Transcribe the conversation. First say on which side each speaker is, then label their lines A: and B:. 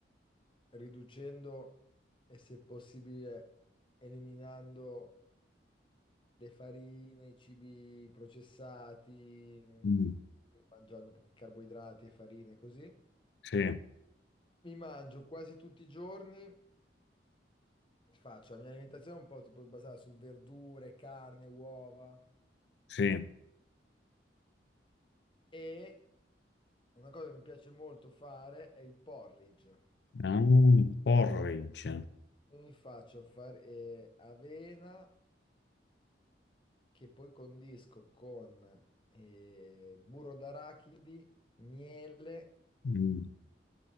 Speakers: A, on the left; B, on the left.
A: riducendo e se possibile eliminando le farine, i cibi processati, mh,
B: mm,
A: mangiando pochi carboidrati e farine così.
B: Sì,
A: Mi mangio quasi tutti i giorni, faccio la mia alimentazione un po' tipo basata su verdure, carne, uova
B: sì.
A: e una cosa che mi piace molto fare è il porridge.
B: Ah, porridge.
A: E mi faccio fare eh, avena che poi condisco con eh, burro d'arachidi, miele
B: Mm,